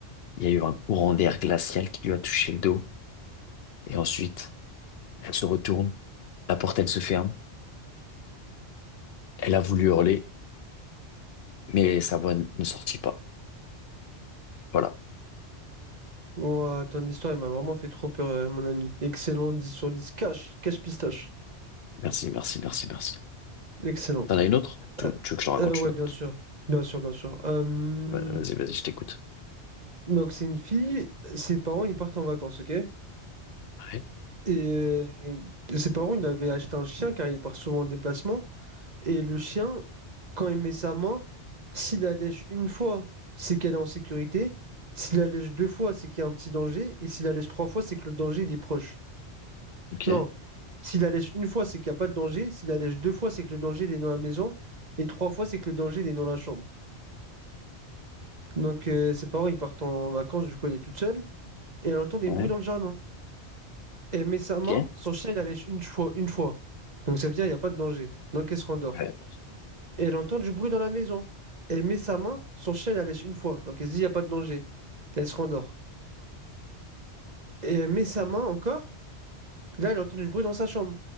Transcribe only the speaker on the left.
Il y a eu un courant d'air glacial qui lui a touché le dos. Et ensuite, elle se retourne, la porte, elle se ferme. Elle a voulu hurler, mais sa voix n- ne sortit pas. Voilà.
Merci, merci, merci, merci.
T'en as une autre? Tu,
tu veux que je te raconte
une autre?
Ouais, Vas-y, vas-y, je t'écoute.
Ouais.
Ok.
Ouais.
Ok.
Ouais.